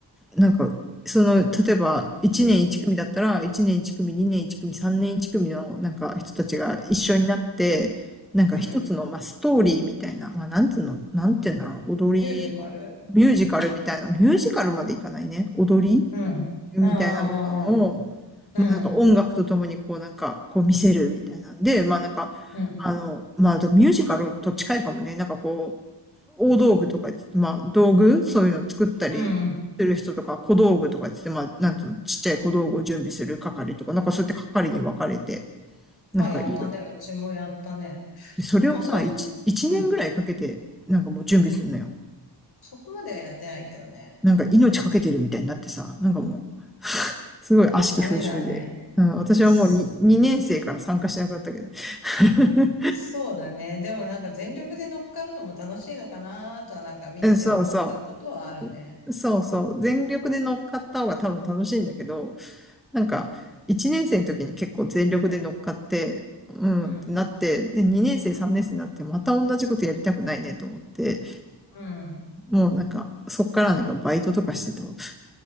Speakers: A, in the centre; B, on the left (about 55°).
A: なんか、その、例えば一年一組だったら、一年一組、二年一組、三年一組のなんか人たちが一緒になって、なんか一つの、
B: うん。
A: まあ、ストーリーみたいな、まあ、なんていうの、なんていうんだろう、踊り、
B: ミュージカル
A: ミュージカルみたいな、ミュージカルまでいかないね。踊り
B: うん。
A: みたいなものを、
B: ああ、うん、
A: まあなんか音楽とともにこうなんか、こう見せるみたいなんで、まあなんか、
B: うん、
A: あの、まああとミュージカルと近いかもね、なんかこう、大道具とか、まあ道具、そういうの作ったりする人とか、
B: うん。
A: 小道具とかって言って、まあなんつうの、ちっちゃい小道具を準備する係とか、なんかそうやって係に分かれて、なんかいる。
B: まあ、やったね。うちもやったね。
A: で、それをさ、
B: まあ、そん、
A: 一、一年ぐらいかけて、
B: うん。
A: なんかもう準備するのよ。
B: そこまではやってないけどね。
A: なんか命かけてるみたいになってさ、なんかもう、すごい悪しき風習で。
B: ダメだね。
A: うん、私はもう
B: そ
A: 2, 2年生から参加しなくなったけど。<laughs>
B: そうだね。でもなんか全力で乗っかるのも楽しいのかなとはなんか見てて思ったことはあるね。
A: えそうそう。そうそう。全力で乗っかった方が多分楽しいんだけど、なんか、1年生の時に結構全力で乗っかって、うん、
B: うん、
A: ってなって、で、2年生、3年生になって、
B: うん、
A: また同じことやりたくないねと思って、
B: うん。
A: もうなんか、そっからなんかバイトとかしてたわ。